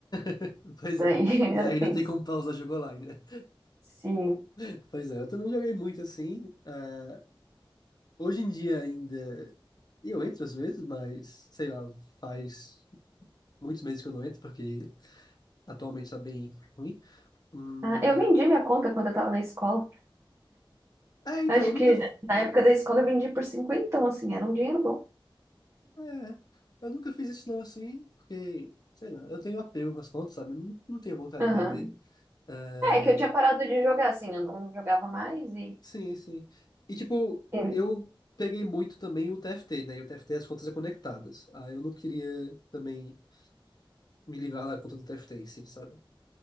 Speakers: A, on the left; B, on the right.
A: <laughs> Pois
B: daí
A: é.
B: <laughs> era
A: E aí
B: tenso.
A: não tem como pausar jogo online, né?
B: Sim.
A: <laughs> Pois é, eu também joguei muito assim. ah, hoje em dia ainda. Eu entro às vezes, mas sei lá, faz muitos meses que eu não entro, porque atualmente tá bem ruim. Hum,
B: Ah, eu vendi minha conta quando eu tava na escola.
A: é, então,
B: Acho
A: eu nunca.
B: que na época da escola eu vendi por 50, assim, era um dinheiro bom.
A: É, eu nunca fiz isso não assim, porque, sei lá, eu tenho apego com as contas, sabe? Não, não tenho vontade
B: Aham.
A: de vender. É,
B: É, que eu tinha parado de jogar, assim, eu não jogava mais e.
A: Sim, sim. E tipo,
B: Sim.
A: eu peguei muito também o TFT, né? E o TFT é as contas é conectadas. Ah, eu não queria também me livrar da conta do TFT, em si, sabe?